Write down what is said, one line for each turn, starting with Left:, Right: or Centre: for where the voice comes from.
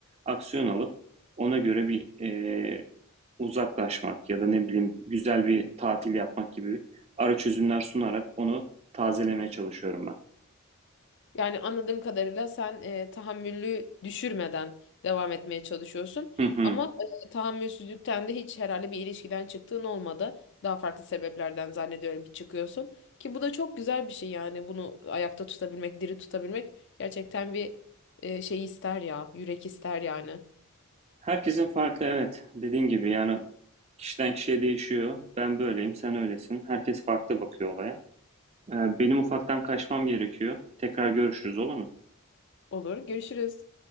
Right: aksiyon alıp ona göre bir e, uzaklaşmak ya da ne bileyim güzel bir tatil yapmak gibi ara çözümler sunarak onu tazelemeye çalışıyorum ben.
Left: Yani anladığım kadarıyla sen e, tahammülü düşürmeden devam etmeye çalışıyorsun.
Right: Hı hı.
Left: Ama e, tahammülsüzlükten de hiç herhalde bir ilişkiden çıktığın olmadı. Daha farklı sebeplerden zannediyorum ki çıkıyorsun. Ki bu da çok güzel bir şey yani bunu ayakta tutabilmek, diri tutabilmek gerçekten bir e, şey ister ya, yürek ister yani.
Right: Herkesin farklı evet. Dediğin gibi yani kişiden kişiye değişiyor. Ben böyleyim, sen öylesin. Herkes farklı bakıyor olaya. Ee, benim ufaktan kaçmam gerekiyor. Tekrar görüşürüz olur mu?
Left: Olur, görüşürüz.